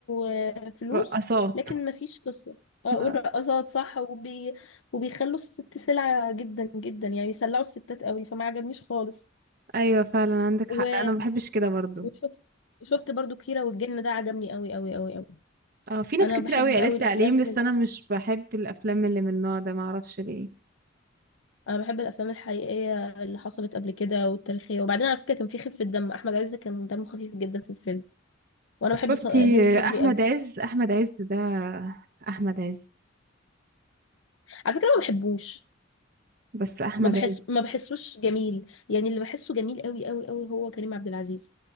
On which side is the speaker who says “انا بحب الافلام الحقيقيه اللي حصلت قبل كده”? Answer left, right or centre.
Left